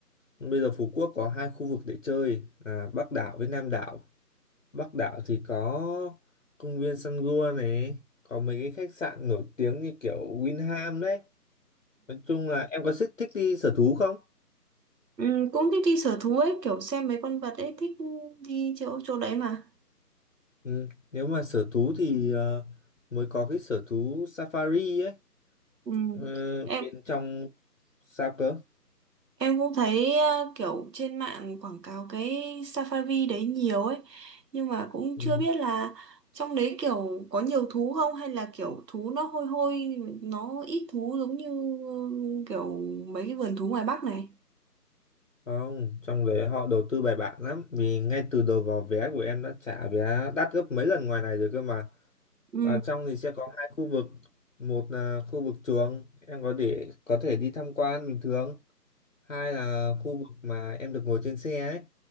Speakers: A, on the left (about 55°); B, on the right (about 85°).
A: Bây giờ Phú Quốc có hai khu vực để chơi là Bắc đảo với Nam đảo. Bắc đảo thì có công viên Sun Gua này, có mấy cái khách sạn nổi tiếng như kiểu Winham đấy. Nói chung là em có thích thích đi sở thú không?
B: Ừ, cũng thích đi sở thú ấy kiểu xem mấy con vật ấy thích đi chỗ chỗ đấy mà
A: Ừ. Nếu mà sở thú thì ờ, mới có cái sở thú Safari ấy.
B: ừ.
A: Ờ,
B: em
A: bên trong sao cơ?
B: em cũng thấy ờ, kiểu trên mạng quảng cáo cái Safari đấy nhiều ấy nhưng mà cũng
A: Ừ.
B: chưa biết là trong đấy kiểu có nhiều thú không hay là kiểu thú nó hôi hôi nó ít thú giống như ừ, kiểu mấy cái vườn thú ngoài Bắc này
A: Không, trong đấy họ đầu tư bài bản lắm vì ngay từ đầu vào vé của em đã trả vé đắt gấp mấy lần ngoài này rồi cơ mà
B: ừ.
A: Ở trong thì sẽ có hai khu vực, một là khu vực trường em có để có thể đi tham quan bình thường, hai là khu vực mà em được ngồi trên xe ấy.